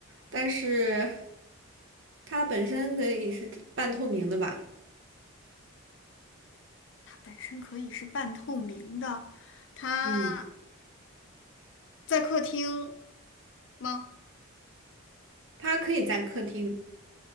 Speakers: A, on the right (about 65°); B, on the left (about 60°).
A: 但是它本身可以是半透明的吧？
B: 它本身可以是半透明的。它
A: 嗯，
B: 在客厅吗？
A: 它可以在客厅，